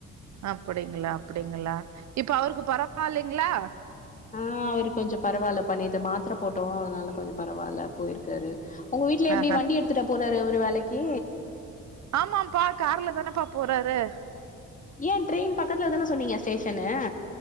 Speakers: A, on the right; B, on the left.
A: அப்டிங்களா அப்டிங்களா இப்போ அவருக்கு பரவாலைங்ளா
B: ஆ அவரு கொஞ்சோ பரவால்லப்பா நேத்து மாத்ர போட்டோ அனால கொஞ்சோ பரவால்ல போயிருக்காரு உங்க வீட்ல எப்டி
A: ஆஹ
B: வண்டி எடுத்துட்டா போறாரு அவரு வேலைக்கி
A: ஆமாம்பா கார்ல தானாப்பா போறாரு
B: ஏன் ட்ரெயின் பக்கத்துல தானே சொன்னீங்க ஸ்டேஷன்னு